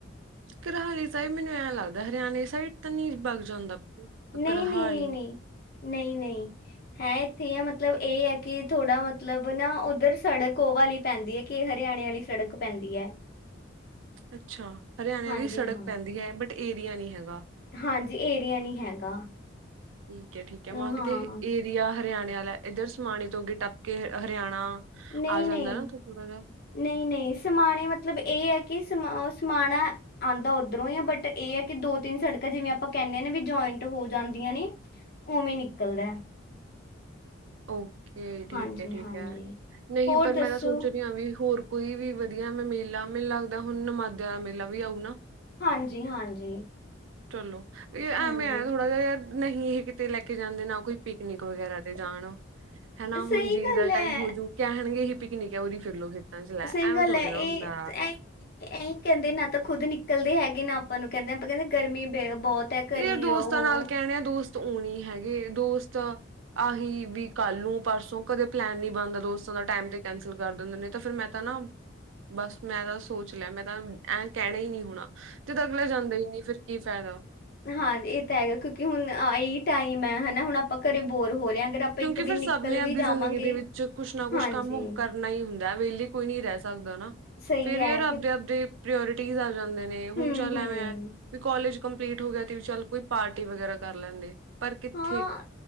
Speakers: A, on the right; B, on the left.
A: ਕਰਹਾਲੀ ਸਾਹਿਬ ਮੈਨੂੰ ਐਂ ਲੱਗਦਾ ਹਰਿਆਣੇ ਸਾਈਡ ਤੇ ਨੀ ਬੱਲ ਜਾਂਦਾ
B: ਨਹੀਂ
A: ਕਰਹਾਲੀ
B: ਨਹੀਂ ਨਹੀਂ ਨਹੀਂ ਨਹੀਂ ਨਹੀਂ ਹੈ ਇੱਥੇ ਆ ਮਤਲਬ ਇਹ ਹੈ ਕਿ ਥੋੜਾ ਮਤਲਬ ਨਾ ਉੱਧਰ ਸੜਕ ਉਹ ਵਾਲੀ ਪੈਂਦੀ ਹੈ। ਕਿ ਹਰਿਆਣੇ ਵਾਲੀ ਸੜਕ ਪੈਂਦੀ ਹੈ।
A: ਅੱਛਾ ਹਰਿਆਣੇ
B: ਹਾਂਜੀ
A: ਵਾਲੀ ਸੜਕ
B: ਹਾਂ
A: ਪੈਂਦੀ ਹੈ ਬਟ ਏਰੀਆ ਨੀ ਹੈਗਾ
B: ਹਾਂਜੀ ਏਰੀਆ ਨੀ ਹੈਗਾ
A: ਠੀਕ ਹੈ ਠੀਕ ਹੈ ਮੰਗ
B: ਅਮ, ਹਾਂ
A: ਦੇ ਇਹ ਇਹ ਹਰਿਆਣੇ ਵਾਲਾ ਇੱਧਰ ਸਮਾਣੇ ਤੋਂ ਅੱਗੇ ਟੱਪ ਕੇ ਹਰਿਆਣਾ
B: ਨਹੀਂ
A: ਆ ਜਾਂਦਾ
B: ਨਹੀਂ
A: ਨਾ ਤਾਂ ਥੋੜਾ ਜਿਹਾ
B: ਨਹੀਂ ਨਹੀਂ ਸਮਾਣੇ ਮਤਲਬ ਇਹ ਹੈ ਕਿ ਉਹ ਸਮਾਣਾ ਆਉਂਦਾ ਓਧਰੋਂ ਆ ਬਟ ਇਹ ਏ ਕਿ ਦੋ ਤਿੰਨ ਸੜਕਾਂ ਜਿਵੇਂ ਆਪਾਂ ਕਹਿੰਣੇ ਆ ਵੀ ਜੁਆਇੰਟ ਹੋ ਜਾਂਦੀਆਂ ਨੇ ਉਵੇਂ ਨਿਕਲਦਾ ਹੈ।
A: ਓਕੇ ਠੀਕ
B: ਹਾਂਜੀ
A: ਹੈ ਠੀਕ
B: ਹਾਂਜੀ
A: ਹੈ ਨਹੀਂ
B: ਹੋਰ
A: ਪਰ
B: ਦੱਸੋ
A: ਮੈਂ ਤਾਂ ਸੋਚ ਰਹੀ ਹਾਂ ਵੀ ਹੋਰ ਕੋਈ ਵੀ ਵਧੀਆ ਮੇਲਾ ਮੈਨੂੰ ਲੱਗਦਾ ਹੁਣ ਨਮਾਦਿਆਂ ਦਾ ਮੇਲਾ ਵੀ ਆਊ ਨਾ
B: ਹਾਂਜੀ ਹਾਂਜੀ
A: ਚਲੋ ਐਵੇਂ
B: ਹਾਂਜੀ
A: ਏ ਥੋੜਾ ਜਿਹਾ ਯਾਰ ਨਹੀਂ ਇਹ ਕਿਤੇ ਲੈ ਕੇ ਜਾਂਦੇ ਨਾ ਕੋਈ ਪਿਕਨਿਕ ਵਗੈਰਾ ਤੇ ਜਾਣਾ ਹਨਾ ਹੁਣ
B: ਸਹੀ
A: ਜੀ
B: ਗੱਲ
A: ਦਾ
B: ਹੈ
A: ਟਾਈਮ ਹੋ ਜੂ ਕਹਿਣਗੇ ਏਹੀ ਪਿਕਨਿਕ ਹੈ ਉਰੀ ਫਿਰਲੋ ਫਿਰ ਚ ਲੈ
B: ਸਿੰਗਲ
A: ਐਵੇਂ ਥੋੜ੍ਹੀ
B: ਹੈ ਇਹ
A: ਨਾ ਹੁੰਦਾ
B: ਤੇ ਐ ਇਹੀ ਕਹਿੰਦੇ ਨਾ ਤਾਂ ਖੁੱਦ ਨਿਕਲਦੇ ਹੈਗੇ ਨਾ ਆਪਾਂ ਨੂੰ ਕਹਿੰਦੇ ਆਪਾਂ ਕਹਿੰਦੇ ਗਰਮੀ ਬਹੁਤ ਹੈ ਘਰੇ
A: ਇਹ
B: ਹੀ
A: ਦੋਸਤਾਂ
B: ਰਹੋ
A: ਨਾਲ ਕਹਿਣੇ ਦੋਸਤ ਉਹ ਨਹੀਂ ਹੈਗੇ ਦੋਸਤ ਆਹੀ ਵੀ ਕੱਲ ਨੂੰ ਪਰਸੋਂ ਕਦੇ ਪਲੈਨ ਨੀ ਬਣਦਾ ਦੋਸਤਾਂ ਦਾ ਟਾਈਮ ਤੇ ਕੈਂਸਲ ਕਰ ਦਿੰਦੇ ਨੇ ਤਾਂ ਫਿਰ ਮੈਂ ਹਨਾ ਬਸ ਮੈਂ ਤਾਂ ਸੋਚ ਲਿਆ ਮੈਂ ਤਾਂ ਐ ਕਹਿਣਾ ਹੀ ਨਹੀਂ ਹੋਣਾ ਜਦ ਅਗਲੇ ਜਾਂਦਾ ਹੀ ਨੀ ਫਿਰ ਕੀ ਫਾਇਦਾ
B: ਹਾਂਜੀ ਇਹ ਤਾਂ ਹੈਗਾ ਕਿਉਂਕਿ ਹੁਣ ਆਈ ਇਹੀ ਟਾਈਮ ਹੈ ਹਨਾ ਹੁਣ ਆਪਾਂ ਘਰੇ ਬੋਰ ਹੋ ਰਹੇ ਹਾਂ ਅਗਰ ਆਪਾਂ
A: ਕਿਉਂਕਿ
B: ਇੱਕ ਦਿਨ
A: ਫਿਰ ਸਭ
B: ਨਿਕਲ
A: ਨੇ ਆਪਦੀ
B: ਵੀ ਜਾਵਾਂਗੇ
A: ਜ਼ਿੰਦਗੀ ਦੇ ਵਿੱਚ ਕੁੱਛ ਨਾ ਕੁੱਛ
B: ਹਾਂਜੀ
A: ਕੰਮ ਕਰ ਨਈ ਹੁੰਦਾ ਵੇਲੇ ਕੋਈ ਨੀ ਰੈ ਸਕਦਾ ਨਾ,
B: ਸਹੀ
A: ਫੇਰ
B: ਹੈ
A: ਯਾਰ
B: ਕਿ
A: ਆਪਦੇ-ਆਪਦੇ ਪ੍ਰੋਅਰਟੀਜ਼ ਆ ਜਾਂਦੇ ਨੇ
B: ਹੂੰ
A: ਹੁਣ ਚੱਲ
B: ਹੂੰ
A: ਐਵੇਂ ਐਂ, ਵੀ ਕੋਲੇਜ ਕੰਪਲੀਟ ਹੋ ਗਿਆ ਤੇ ਵੀ ਚੱਲ ਕੋਈ ਪਾਰਟੀ ਵਗੈਰਾ ਕਰ ਲੈਂਦੇ। ਪਰ ਕਿੱਥੇ?
B: ਹਾਂ